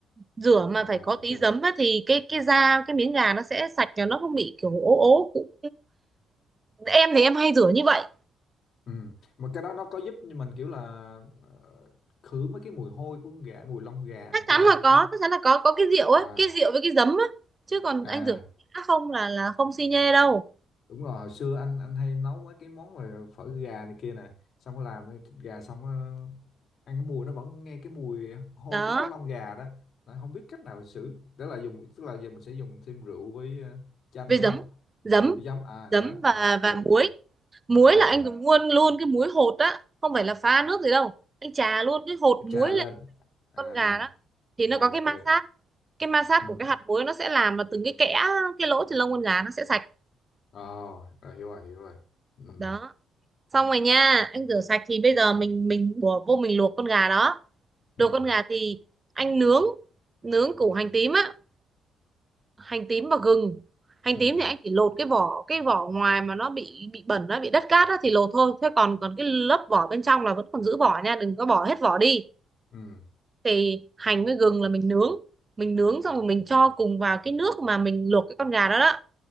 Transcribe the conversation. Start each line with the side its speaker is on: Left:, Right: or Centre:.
Right: rửa mà
Left: à
Right: phải có
Left: ok
Right: tí giấm á, thì cái cái da cái miếng gà nó sẽ sạch cho nó không bị kiểu ố ố cũng em thì em hay rửa như vậy
Left: ừ mà cái đó nó có giúp như mình kiểu là ờ, khử mấy cái mùi hôi của con gà mùi lông gà
Right: chắc
Left: này
Right: chắn
Left: kia không
Right: là
Left: ta
Right: có
Left: Nó-
Right: chắc chắn là có có cái rượu ấy
Left: à
Right: cái rượu với cái giấm á chứ còn
Left: à
Right: anh rửa khác không là là không xi nhê đâu
Left: đúng rồi hồi xưa anh anh hay nấu mấy cái món mà phở gà này kia nè xong có làm cái thịt gà xong có ăn cái mùi nó vẫn nghe cái mùi hôi
Right: đó
Left: của cái lông gà đó nó không biết cách nào xử đó là dùng tức là giờ mình sẽ dùng thêm rượu với ờ, chanh
Right: với
Left: đúng
Right: giấm
Left: không
Right: giấm
Left: Với giấm à
Right: giấm
Left: giấm
Right: và
Left: Ờ, ok
Right: và
Left: ok
Right: muối muối
Left: à
Right: là anh dùng luôn luôn cái muối hột á không phải là pha nước gì đâu anh chà luôn cái hột muối
Left: trà
Right: lên
Left: lên à
Right: con gà đó thì
Left: ok
Right: nó có cái ma sát cái ma sát
Left: ừ
Right: của cái hạt muối nó sẽ làm là từng cái kẽ cái lỗ trên lông con gà nó sẽ sạch
Left: ờ rồi, hiểu rồi hiểu rồi ừ
Right: đó xong rồi nha anh rửa sạch thì bây giờ mình mình bỏ vô mình luộc con gà đó
Left: ừ
Right: đồ con gà thì anh nướng nướng củ hành tím á hành tím và gừng hành
Left: ừ
Right: tím thì anh chỉ lột cái vỏ cái vỏ ngoài mà nó bị bị bẩn nó bị đất cát á thì lột thôi thế còn còn cái lớp vỏ bên trong là vẫn còn giữ vỏ nha đừng có bỏ hết vỏ đi
Left: ừ
Right: thì hành với gừng là mình nướng mình nướng xong rồi mình cho cùng vào cái nước mà mình luộc cái con gà đó đó